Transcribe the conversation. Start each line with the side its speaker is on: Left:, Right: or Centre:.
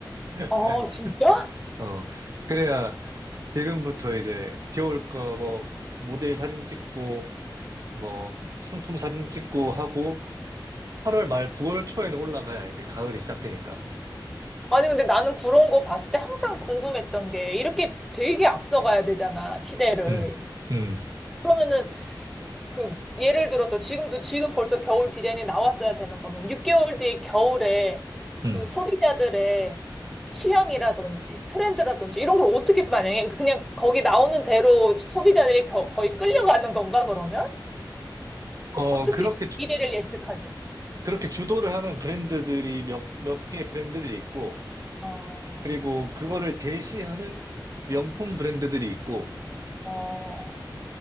Right: <laughs>
Centre: 아, 진짜?
Right: 어, 그래야 지금부터 이제 겨울 거 뭐 모델 사진 찍고 뭐 상품 사진 찍고 하고 8월 말 9월 초에는 올라가야 이제 가을이 시작되니까.
Centre: 아니, 근데 나는 그런 거 봤을 때 항상 궁금했던 게, 이렇게 되게 앞서가야 되잖아, 시대를.
Right: 음, 음,
Centre: 그러면은 그 예를 들어서 지금도 지금 벌써 겨울 디자인이 나왔어야 되는 거면 6개월 뒤에 겨울에
Right: 음.
Centre: 그 소비자들의 취향이라든지 트렌드라든지 이런 걸 어떻게 반영해? 그 그냥 거기 나오는 대로 소비자들이 겨- 거의 끌려가는 건가 그러면?
Right: 어,
Centre: 어떻게
Right: 그렇게,
Centre: 미래를 예측하지?
Right: 그렇게 주도를 하는 브랜드들이 몇, 몇 개 브랜드들이 있고,
Centre: 어,
Right: 그리고 그거를 제시하는 명품 브랜드들이 있고,
Centre: 어, 어,